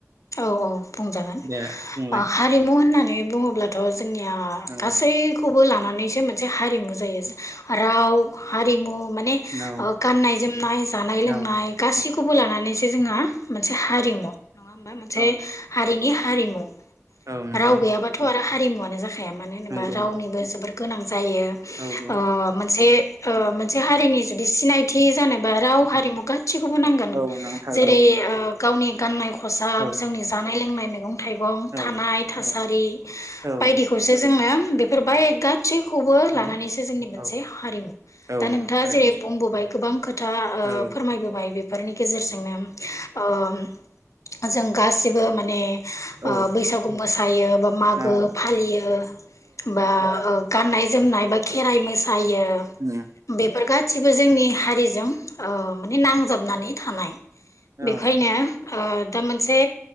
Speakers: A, on the left; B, on the right.
A: औ औ बुंजागोन
B: दे बुंलाय
A: हारिमु होननानै बुङोब्ला थ जोंनिया
B: औ
A: गासैखौबो लानानै नैसो मोनसे हारिमु जायो राव हारिमु माने
B: औ
A: ओ गाननाय जोमनाय जानाय लोंनाय
B: औ
A: गासिखौबो खौबो लानानैसो जोंहा मोनसे हारिमु <unintelligible> मोनसे
B: औ
A: हारिनि हा हारिमु।
B: औ नंगौ
A: राव गैयाबाथ आरो हारिमुआनो जा खाया मानो होनोबा
B: नंगौ
A: रावनिबो जोबोर गोनां जायो
B: औ औ
A: ओ मोनसे ओ मोनसे
B: नंगौ
A: हारिनि जुदि सिनायथि जानोबा राव हारिमु गासिखौबो नांगोन
B: औ नांथारगौ
A: जेरै ओ गावनि गाननाय खसाब
B: औ
A: जोंनि जानाय लोंनाय मैगं थाइगं
B: औ
A: थानाय थास आरि
B: औ
A: बायदिखौसो जोनो बेफोर बाय गासैखौबो
B: नंगौ
A: लानानैसो जोंनि मोनसे
B: औ
A: हारिमु
B: औ
A: दा नोंथाङा
B: नंगौ थारैनो
A: जेरै बुंबोबाय गोबां खोथा ओ
B: औ
A: फोरमायबोबाय बेफोरनि गेजेरजोंनो ओ <inaudible> जों गासिबो माने
B: औ
A: ओ बैसागु मोसा थायो बा मागो
B: औ
A: फालियो बा ओ गाननाय जोमनाय बा खेराइ मोसायो
B: उम
A: बे बेफोर गासिबो जोंनि हारिजों औ माने नांजाबनानै थानाय बेखायनो
B: औ
A: <unintelligible> दा मोनसे